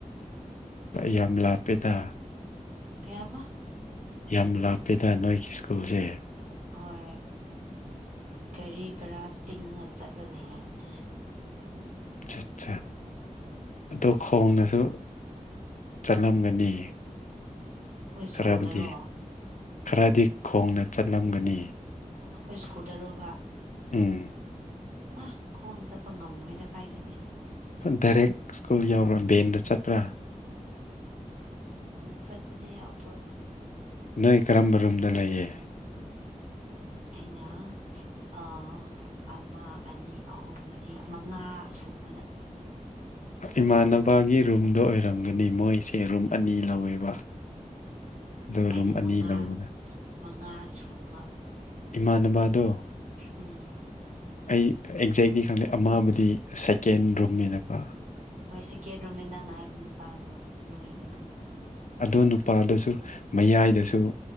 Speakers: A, on the left; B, on the right.
A: ꯌꯥꯝ ꯂꯥꯞꯄꯦꯗ
B: ꯀꯌꯥꯕ
A: ꯌꯥꯝ ꯂꯥꯞꯄꯦꯗ ꯅꯣꯏꯒꯤ ꯁ꯭ꯀꯨꯜꯁꯦ
B: ꯍꯣꯏ ꯒꯥꯔꯤ ꯚꯔꯥ ꯇꯤꯡꯉ ꯆꯠꯂ ꯂꯩꯔꯝꯅꯦ
A: ꯑ ꯑꯠ ꯑꯗꯣ ꯈꯣꯡꯅꯁꯨ ꯆꯠꯂꯝꯒꯅꯤ
B: ꯑꯩꯈꯣꯏ
A: ꯈꯔꯕꯨꯗꯤ
B: ꯁ꯭ꯀꯨꯜꯗꯔꯣ
A: ꯈꯔꯗꯤ ꯈꯣꯡꯅ ꯆꯠꯂꯝꯒꯅꯤ
B: ꯑꯩꯈꯣꯏ ꯁ꯭ꯀꯨꯗꯔꯨꯕ
A: ꯎꯝ
B: ꯑ ꯈꯣꯡꯅ ꯆꯠꯄ ꯉꯝꯃꯣꯏꯗ ꯀꯥꯏꯗꯒꯤ
A: ꯗꯥꯏꯔꯦꯛ ꯁ꯭ꯀꯨꯜ ꯌꯎꯕ꯭ꯔ ꯚꯕꯦꯟꯗ ꯆꯠꯄ꯭ꯔꯥ
B: ꯆꯔꯄꯅꯦ ꯑꯣ ꯇꯣꯗ
A: ꯅꯣꯏ ꯀꯔꯝꯕ ꯔꯨꯝꯗ ꯂꯩꯌꯦ
B: ꯑꯅꯥ ꯑ ꯑꯃ ꯑꯅꯤ ꯑꯍꯨꯝ ꯃꯔꯤ ꯃꯉꯥ ꯁꯨꯕꯅ
A: ꯏꯃꯥꯟꯅꯕꯒꯤ ꯔꯨꯝꯗꯣ ꯑꯣꯏꯔꯝꯒꯅꯤ ꯃꯣꯏꯁꯦ ꯔꯨꯝ ꯑꯅꯤ ꯂꯧꯋꯦꯕ ꯑꯗꯣ
B: ꯑꯩꯅ
A: ꯔꯨꯝ ꯑꯅꯤ
B: ꯃꯉꯥ
A: ꯂꯧꯕꯗ
B: ꯃꯉꯥ ꯁꯨꯕ
A: ꯏꯃꯥꯥꯟꯅꯕꯗꯣ
B: ꯎꯝ
A: ꯑꯩ ꯑꯦꯛꯖꯦꯛꯂꯤ ꯈꯪꯗꯦ ꯑꯃꯥꯕꯨꯗꯤ ꯁꯦꯀꯦꯟ ꯔꯨꯝꯃꯦꯕ
B: ꯍꯣꯏ ꯁꯦꯀꯦꯟ ꯔꯣꯃꯦꯟꯗꯥꯡꯅ ꯍꯥꯏꯕ ꯅꯨꯄꯥꯗꯣ ꯅꯣꯏꯕꯗꯣ
A: ꯑꯗꯣ ꯅꯨꯄꯥꯗꯁꯨ ꯃꯌꯥꯏꯗꯁꯨ